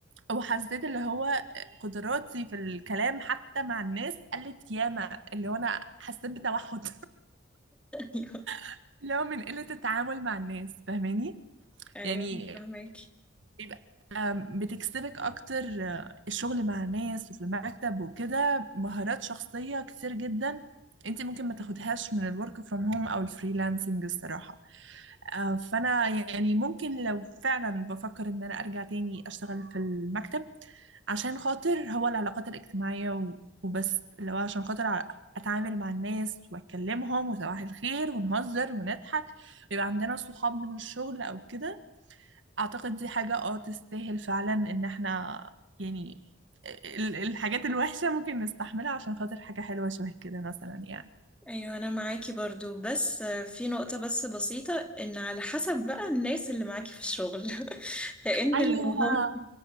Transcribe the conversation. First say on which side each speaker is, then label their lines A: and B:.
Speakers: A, on the right (about 65°); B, in the centre.
A: وحسيت اللي هو قدراتي في الكلام حتى مع الناس قلت ياما اللي هو أنا حسيت بتوحد
B: ايوه
A: <laughs> اللي هو من قلة التعامل مع الناس فاهماني
B: ايوه
A: يعني
B: فهمك
A: بيبقى بتكسبك اكتر آه، الشغل مع الناس وفي المكتب وكده مهارات شخصية كتير جدا انت ممكن ما تاخدهاش من الورك فروم هوم او الفريلانسنج الصراحة آه، فانا يعني ممكن لو فعلا بفكر ان انا ارجع تاني اشتغل في المكتب عشان خاطر هو العلاقات الاجتماعية و- وبس لو عشان خاطر ع- اتعامل مع الناس واتكلمهم وصباح الخير ونهزر ونضحك ويبقى عندنا صحاب من الشغل او كده اعتقد دي حاجة اه تستاهل فعلا ان احنا يعني ال- الحاجات الوحشة ممكن نستحملها عشان خاطر حاجة حلوة شبه كده مثلا يعني
B: ايوه انا معاكي برضو بس آه، في نقطة بس بسيطة ان على حسب بقى الناس اللي معاكي في الشغل <laughs> لان
A: ايوه
B: لو هم